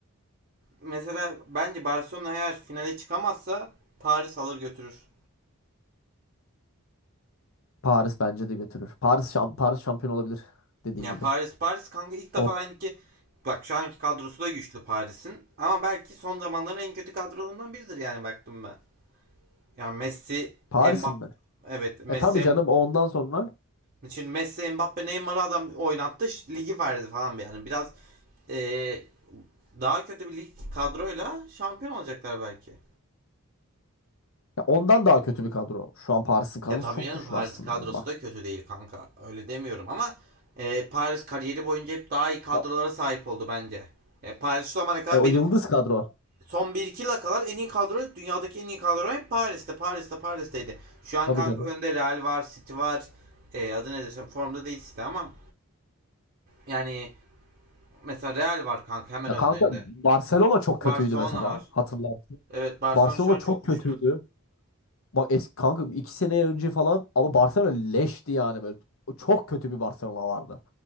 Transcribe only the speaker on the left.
Paris bence de götürür. Paris şam- Paris şampiyon olabilir dediğin
gibi.
Or
Paris'in
mi?
E tabii canım ondan sonra
Ya ondan daha kötü bir kadro. Şu an Paris'in kadrosu
çok
güçlü
aslında.
Bak
ya-
e, o
yıldız kadro.
Tabii
canım.
Ya
kanka Barcelona çok
kötüydü mesela.
Hatırlarsın.
Barcelona
çok
kötüydü. Bak eski kanka iki sene önce falan ama Barcelona leşti yani böyle. O Çok kötü bir Barcelona vardı.